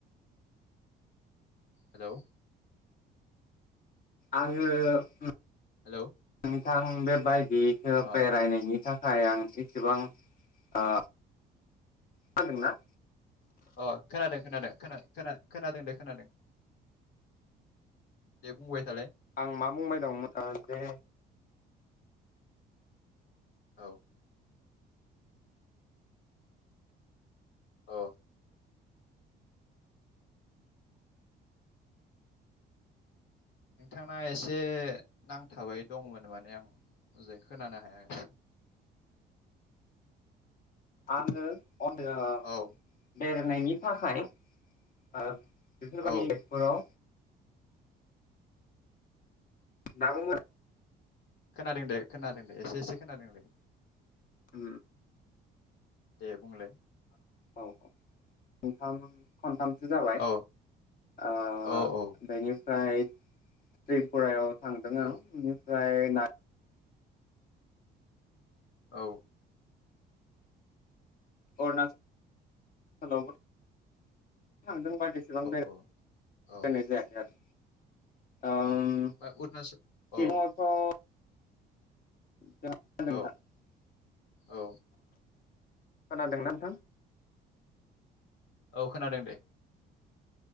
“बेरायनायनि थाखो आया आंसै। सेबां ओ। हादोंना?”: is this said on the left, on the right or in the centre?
Left